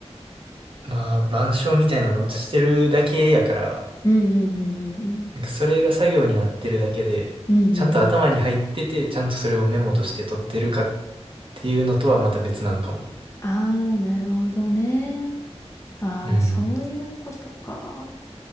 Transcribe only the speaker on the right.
まあ、板書みたいなの写してるだけやから、
なんかそれが作業になってるだけで、
ちゃんと頭に入ってて、ちゃんとそれをメモとして取ってるかっていうのとはまた別なんかも。
うん。